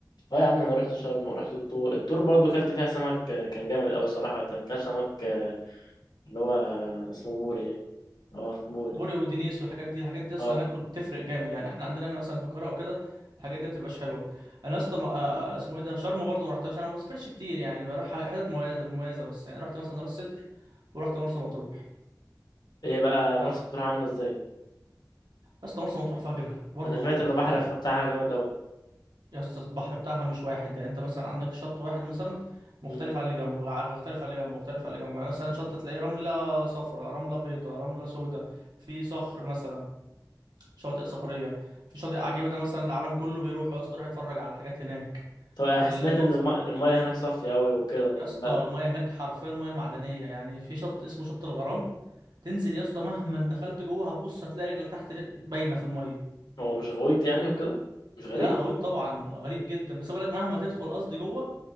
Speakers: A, on the left (about 75°); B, on the right (about 75°).
A: اه يا عم انا رحت شرم ورحت الطور الطور برضو كلت فيها سمك آه، كان جامد قوي صراحة كان كان سمك آه، اللي هو اسمه بوري اه بوري
B: بوري ودينيس والحاجات دي الحاجات دي اصلا
A: اه
B: هناك كل- بتفرق جامد يعني احنا عندنا هنا مثلا في القاهره او كده الحاجات دي بتبقاش حلوه انا اصلا آه، اسمه ايه ده شرم برضه ما رحتهاش انا ما بسافرش كتير يعني بروح ح- حتت مميزه مميزه بس يعني رحت مثلا راس سدر ورحت مرسى مطروح
A: ايه بقى
B: ف
A: مرسى مطروح عاملة ازاي
B: اصلا مرسى مطروح فجره برضه
A: انا سمعت ان البحر
B: يعني
A: بتاعها جامد قوي
B: يا اسطى البحر بتاعها مش واحد يعني انت مثلا عندك شط واحد مثلا مختلف
A: مم.
B: عن اللي جنبه غ- مختلف عن اللي جنبه مختلف عن اللي جنبه يعني مثلا شط تلاقيه رمله صفراء رمله بيضاء رمله سوداء في صخر مثلا شواطئ صخريه في شاطئ عجيبه ده مثلا العالم كله بيروح يا اسطى يروح يتفرج على الحاجات هناك
A: طب انا
B: المنظر
A: سمعت ان الم- المية هناك صافية قوي وكده
B: يا اسطى
A: لا
B: المايه هناك حرفيا مياه معدنيه يعني في شط اسمه شط الغرام تنزل يا اسطى مهما دخلت جوه هتبص هتلاقي رجلك تحت ر- باينه في المايه
A: هو مش غويط يعني وكده مش غريق
B: لا غويط طبعا غريق جدا بس بقولك مهما تدخل قصدي جوه